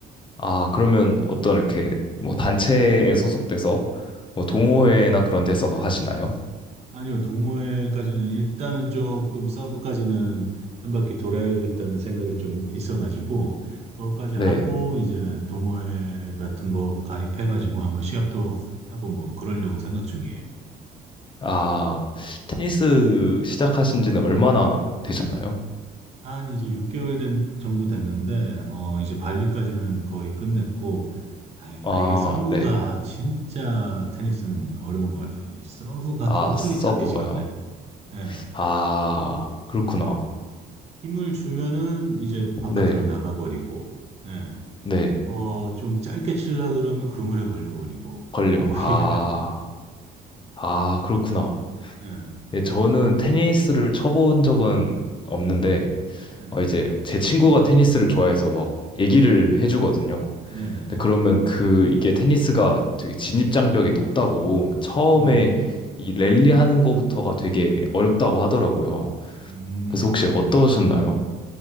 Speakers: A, on the left (about 30°); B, on the right (about 40°).
A: 아, 그러면 어떤 이렇게
B: 음,
A: 뭐 단체에 소속돼서 뭐 동호회나
B: 네.
A: 그런 데서 하시나요?
B: 아니요, 동호회까지는 일단은 조금 서브까지는 한 바퀴 돌아야겠다는 생각이 좀 있어가지고 그것까지
A: 네.
B: 하고 이제 동호회 같은 거 가입해가지고 한번 시합도 하고 뭐 그러려고 생각 중이에요.
A: 아, 테니스 시작하신 지는 얼마나 되셨나요?
B: 한 이제 6개월 된 정도 됐는데 어 이제 발리까지는 거의 끝냈고 아유,
A: 아,
B: 아 이게 서브가
A: 네.
B: 진짜 테니스는 어려운 것 같아요. 이 서브가
A: 아,
B: 도저히
A: 서브가요.
B: 잡히지가 않아요. 예.
A: 아, 그렇구나.
B: 예. 힘을 주면은 이제 바깥으로
A: 네.
B: 나가버리고, 예.
A: 네.
B: 어, 좀 짧게 칠라 그러면 그물에 걸려버리고,
A: 걸려.
B: 뭐, <laughs>
A: 아,
B: 이래가지고,
A: 아, 그렇구나.
B: 예.
A: 예, 저는 테니스를
B: 음,
A: 쳐본 적은 없는데,
B: 네네네.
A: 어, 이제 제 친구가 테니스를 좋아해서 막 얘기를
B: 음,
A: 해주거든요.
B: 네네네.
A: 근데 그러면 그 이게 테니스가
B: 음,
A: 되게 진입장벽이 높다고 처음에
B: 음,
A: 이
B: 음,
A: 랠리 하는 거부터가 되게 어렵다고 하더라고요.
B: 음.
A: 그래서 혹시
B: 음.
A: 어떠셨나요?